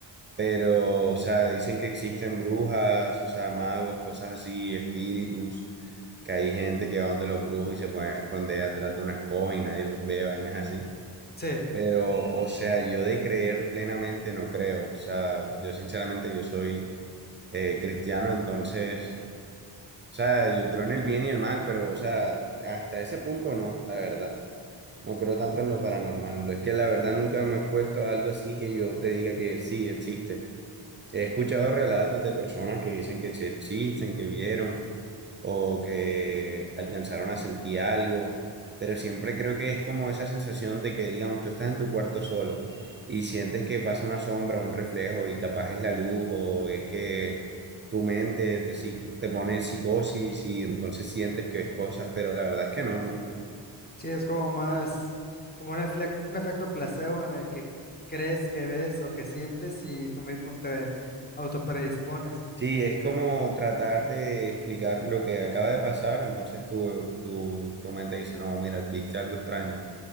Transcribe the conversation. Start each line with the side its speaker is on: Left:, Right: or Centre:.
Right: Pero, o sea, dicen que existen brujas, o sea, magos, cosas así, espíritus, que hay gente que va donde los brujos y se pueden esconder atrás de unas cosas y nadie los ve, vainas así.
Left: Sí,
Right: Pero, o sea, yo de creer plenamente no creo. O sea, yo sinceramente yo soy eh, cristiano, entonces, o sea, yo creo en el bien y el mal, pero, o sea, hasta ese punto no, la verdad. No creo tanto en lo paranormal. Es que la verdad nunca me he expuesto a algo así que yo te diga que sí existe. He escuchado relatos de personas que dicen que sí existen, que vieron o que alcanzaron a sentir algo, pero siempre creo que es como esa sensación de que, digamos, tú estás en tu cuarto solo y sientes que pasa una sombra, un reflejo y capaz es la luz o es que tu mente te, psi- te pone en psicosis y entonces sientes que ves cosas, pero la verdad es que no, nunca.
Left: sí, es como más, como un, efle- un efecto placebo en el que crees que ves o que sientes y tú mismo te autopredispones.
Right: Sí, es como tratar de explicar lo que acaba de pasar, entonces tu, tu, tu mente dice, no, mira, viste algo extraño.